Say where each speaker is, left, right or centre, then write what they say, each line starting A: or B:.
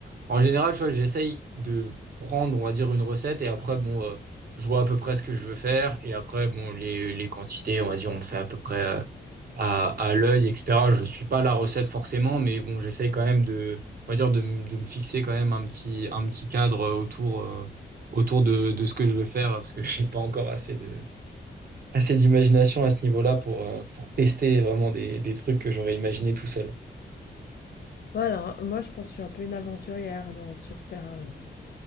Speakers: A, on the right; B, on the left.
A: En général, tu vois, j'essaye de prendre, on va dire, une recette et après, bon, euh, je vois à peu près ce que je veux faire et après, bon, les, les quantités, on va dire, on fait à peu près, euh, à, à l'œil, etc. Je suis pas la recette forcément, mais bon, j'essaye quand même de, on va dire, de, m- de me fixer quand même un petit, un petit cadre autour, euh, autour de, de ce que je veux faire, parce que <laughs> j'ai pas encore assez de, assez d'imagination à ce niveau-là pour, euh, pour tester vraiment des, des trucs que j'aurais imaginé tout seul.
B: voilà, moi je pense que je suis un peu une aventurière dans sur ce terrain-là.